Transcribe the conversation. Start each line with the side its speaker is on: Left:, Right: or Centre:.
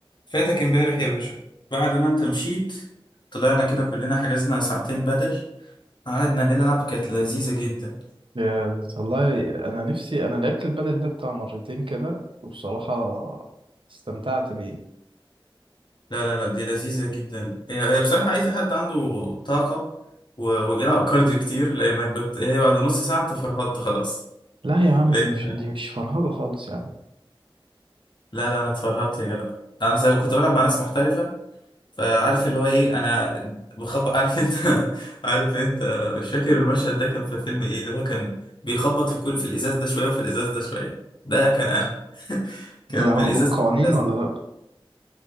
Left: فاتك امبارح يا باشا بعد ما انت مشيت طلعنا كده كلنا حجزنا ساعتين بدل قعدنا نلعب كانت لذيذة جدا
Right: يا والله انا نفسي انا لعبت البادل ده بتاع مرتين كده وبصراحة استمتعت بيه
Left: لا لا لا دي لذيذة جدا هي هي بصراحة عايزة حد عنده طاقة و- وبيلعب كارديو كتير لأنك بت... هي بعد نص ساعة انت فرهدت خلاص
Right: لا يا عم
Left: لأن-
Right: دي مش دي مش فرهضة خالص يا عم
Left: لا لا انا اتفرهدت يا جدع انا زي كنت بلعب مع ناس محترفة فعارف اللي هو ايه انا بخبط عارف انت <laughs> عارف انت مش فاكر المشهد ده كان في فيلم ايه اللي هو كان بيخبط في كل في الازاز ده شويه وفي الازاز ده شويه ده كان انا <laughs> كان
Right: بتلعبوا
Left: من الازاز
Right: بالقوانين
Left: للإزاز
Right: ولا
Left: ده
Right: لا